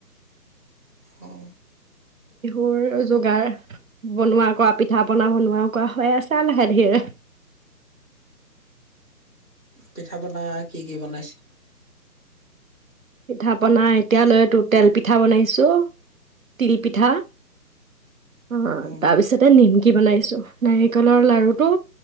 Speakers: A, in the centre; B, on the right.
A: অ
B: বিহুৰ যোগাৰ বনোৱা কৰা পিঠা পনা বনোৱা কোৱা হৈ আছে আৰু লাহে ধিৰে
A: পিঠা পনা কি কি বনাইছে
B: পিঠা পনা এতিয়ালৈতো তেল পিঠা বনাইছো তিল পিঠা অ
A: উম,
B: তাৰপিছতে নিমকি বনাইছো নাৰিকলৰ লাৰুটো